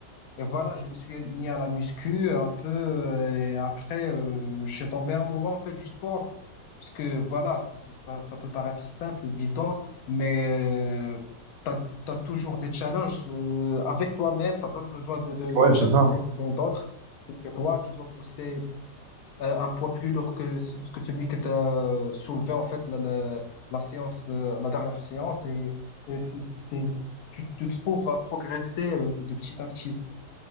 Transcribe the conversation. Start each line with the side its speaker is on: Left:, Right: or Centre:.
Left: et voilà, je me suis mis à la muscu un peu. euh, Et après, euh, je suis tombé amoureux en fait du sport. Parce que voilà, c'est- c'est- ça, ça peut paraître simple ou bidon, mais tu as, toujours des challenges euh, avec toi-même. t'as pas besoin de, de, de
Right: Ouais, c'est
Left: challenger
Right: ça.
Left: quelqu'un d'autre. C'est c'est toi qui dois pousser euh, un poids plus lourd que, ce- que celui que tu as soulevé en fait la, la, la séance, euh, la dernière séance. Et, et c'est, c'est- tu te trouves à progresser euh, de petit à petit.